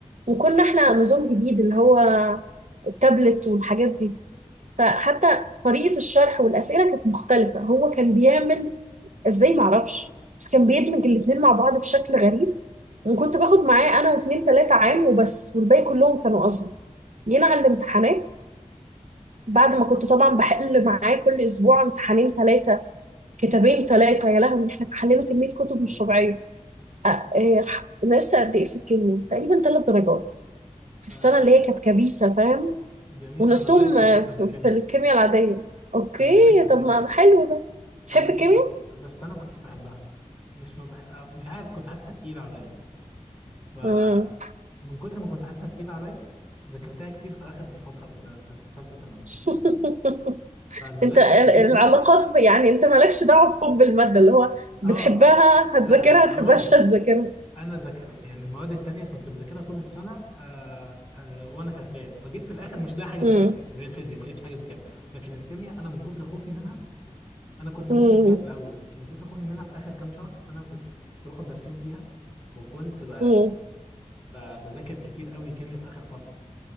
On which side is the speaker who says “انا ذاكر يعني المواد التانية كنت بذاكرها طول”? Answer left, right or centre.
Left